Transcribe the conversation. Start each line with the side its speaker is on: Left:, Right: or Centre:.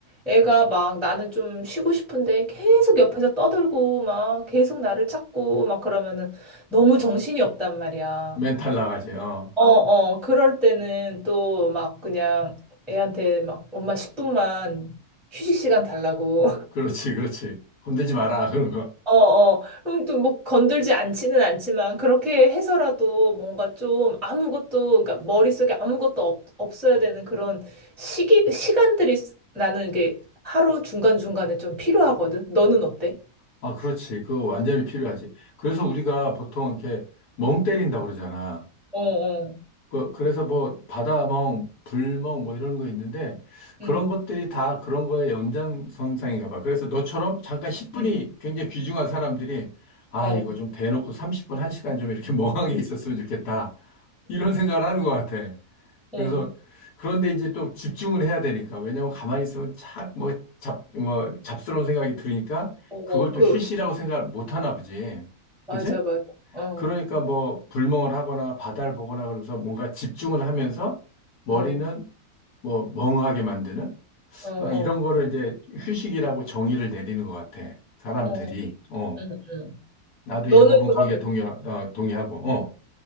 Centre: 애가 막 나는 좀 쉬고 싶은데 계속 옆에서 떠들고 막 계속 나를 찾고 막 그러면은 너무 정신이 없단 말이야.
Left: 멘탈 나가지. 어
Centre: 어, 어, 어. 그럴 때는 또 막 그냥 애한테 막 엄마 10분만 휴식 시간 달라고
Left: 그렇지 그렇지 건들지 마라 <laughs> 그런 거.
Centre: 어, 어. 그럼 또 뭐 건들지 않지는 않지만 그렇게 해서라도 뭔가 좀 아무것도 그러니까 머릿속에 아무것도 없, 없어야 되는 그런 시기 시간들이 쓰- 나는 이게 하루 중간중간에 좀 필요하거든. 너는 어때?
Left: 아 그렇지 그거 완전히 필요하지. 그래서 우리가 보통 이렇게 멍 때린다고 그러잖아.
Centre: 어, 어.
Left: 그, 그래서 뭐 바다멍, 불멍 뭐 이런 거 있는데 그런
Centre: 응.
Left: 것들이 다 그런 거의 연장선상인가 봐. 그래서 너처럼 잠깐 10분이
Centre: 응.
Left: 굉장히 귀중한 사람들이 아,
Centre: 어.
Left: 이거 좀 대놓고 30분, 1시간 좀 이렇게 <laughs> 멍하게 있었으면 좋겠다. 이런 생각을 하는 것 같아.
Centre: 어.
Left: 그래서 그런데 이제 또 집중을 해야 되니까 왜냐면 가만히 있으면 착뭐 잡, 뭐 잡스러운 생각이 들으니까
Centre: 어.
Left: 그걸 또
Centre: 그
Left: 휴식이라고 생각 못 하나 보지.
Centre: 맞아
Left: 그지?
Centre: 맞아. 어.
Left: 그러니까 뭐 불멍을 하거나 바다를 보거나 그러면서 뭔가 집중을 하면서 머리는
Centre: 어.
Left: 뭐 멍하게 만드는
Centre: 어. 어.
Left: 어, 이런 거를 이제 휴식이라고 정의를 내리는 것 같아. 사람들이.
Centre: 어.
Left: 어.
Centre: 응. 응.
Left: 나도
Centre: 너는
Left: 일부분
Centre: 그러면
Left: 거기에 동의, 어, 동의하고. 어.